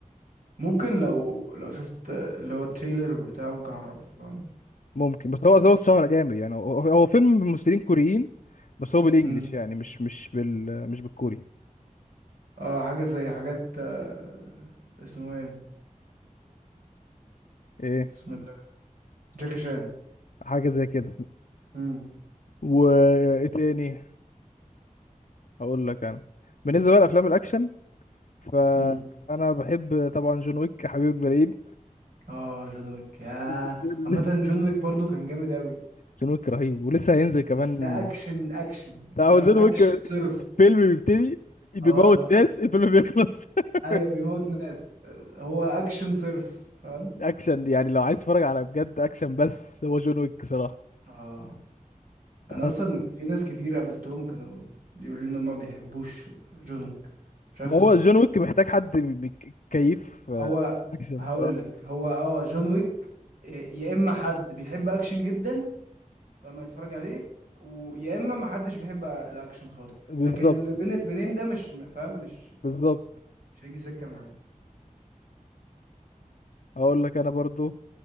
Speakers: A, on the right (about 80°); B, on the left (about 65°).
A: ممكن لو لو شفت اللي هو التريلر بتاعه ممكن اعرفه فاهم
B: وممكن بس هو هو اتشهر جامد يعني هو هو فيلم ممثلين كوريين بس هو بالانجلش
A: مم.
B: يعني مش مش بال مش بالكوري
A: اه حاجة زي حاجات آه، اسمه ايه
B: ايه
A: بسم الله جاكي شان
B: حاجه زي كده
A: مم.
B: وايه تاني اقول لك انا بالنسبه بقى لافلام الاكشن فانا
A: مم.
B: بحب طبعا جون ويك حبيب البرايد
A: اه جون ويك يا
B: <laughs>
A: عامة جون ويك برضو كان جامد قوي
B: جون ويك رهيب ولسه هينزل كمان
A: بس ده اكشن اكشن
B: ده
A: فاهم
B: هو جون
A: اكشن
B: ويك
A: صرف
B: فيلم بيبتدي بيموت
A: اه
B: ناس الفيلم بيخلص <laughs>
A: ايوه بيموت ناس آه، هو اكشن صرف فاهم
B: اكشن يعني لو عايز تتفرج على بجد اكشن بس هو جون ويك صراحه
A: اه انا
B: انا
A: اصلا
B: صراحة.
A: في ناس كتير قابلتهم كانوا بيقولوا لي ان هم ما بيحبوش جون ويك مش عارف ازاي
B: هو جون ويك محتاج حد بي- بي- كيف آه،
A: هو
B: اكشن
A: هقول
B: صراحه
A: لك هو اه جون ويك آه، يا اما حد بيحب اكشن جدا فما يتفرج عليه ويا اما ما حدش بيحب الاكشن خالص
B: بالظبط
A: لكن اللي بين البنين ده مش فاهم مش
B: بالظبط
A: مش هيجي سكة معاه
B: اقول لك انا برضو